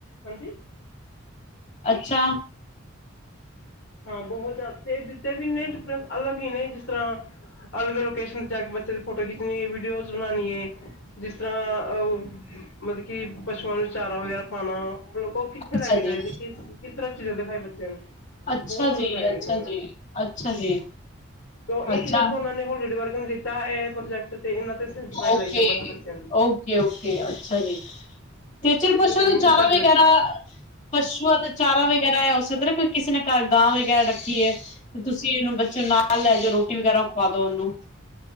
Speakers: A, on the left; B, on the left.
A: ਹਾਂਜੀ
B: ਅੱਛਾ!
A: ਹਾਂ ਬਹੁਤ ਜ਼ਿਆਦਾ ਤੇ ਜਿੱਤੇ ਵੀ ਇਨੇ ਡਿਫਰੈਂਸ ਅਲੱਗ ਹੀ ਨੇ ਜਿਸ ਤਰ੍ਹਾਂ ਅਲੱਗ ਲੋਕੇਸ਼ਨ ਤੇ ਜਾ ਕੇ ਬੱਚੇ ਦੀ ਫੋਟੋ ਖਿੱਚਣੀ ਹੈ ਵੀਡੀਓਜ਼ ਬਣਾਣੀ ਹੈ ਜਿਸ ਤਰ੍ਹਾਂ ਮਤਲਬ ਕਿ ਪਸ਼ੂਆਂ ਨੂੰ ਚਾਰਾ ਵਗੈਰਾ ਪਾਉਣਾ। ਲ ਉਹ ਕਿੱਥੇ
B: ਅੱਛਾ
A: ਲੈ ਕੇ ਜਾਏਦੇ
B: ਜੀ
A: ਕਿਸ ਤਰ੍ਹਾਂ? ਦੇ ਭਾਈ ਬੱਚਿਆਂ ਨੂੰ
B: ਅੱਛਾ
A: ਬਹੁਤ
B: ਜੀ,
A: ਅਲਗ ਆਏਆ
B: ਅੱਛਾ
A: ਸੀ ਉਹ
B: ਜੀ, ਅੱਛਾ ਜੀ,
A: ਤੇ ਇਸ
B: ਅੱਛਾ
A: ਕਰਕੇ ਉਹਨਾਂ ਨੇ ਉਹ ਲੀੜੇ ਵਰਕ ਨੇ ਦਿੱਤਾ ਇਹ ਪ੍ਰੋਜੈਕਟ। ਤੇ ਇਹਨਾਂ ਤੇ ਸਿਰ ਖਪਾਈ
B: ਓਕੇ
A: ਲਾਈ ਜਾਓ ਬਸ ਬੱਚਿਆਂ ਦੀ
B: ਓਕੇ ਓਕੇ ਅੱਛਾ ਜੀ ਤੇ ਚਿਰ ਪਸ਼ੂਆਂ
A: ਲੱਗਣੀ
B: ਦਾ ਚਾਰਾ
A: ਸਾਡੇ
B: ਵਗੈਰਾ
A: ਲੱਗ ਜਾਣੀ
B: ਪਸ਼ੂਆਂ ਦਾ ਚਾਰਾ ਵਗੈਰਾ ਹੈ ਉਸ। ਕਿਸੇ ਨਾ ਘਰ ਗਾਂ ਵਗੈਰਾ ਰੱਖੀ। ਤੁਸੀਂ ਇਹਨੂੰ ਬੱਚੋਂ ਨਾਲ ਲੈ ਜਾਓ ਰੋਟੀ ਵਗੈਰਾ ਖਵਾ ਦੋ ਉਹਨੂੰ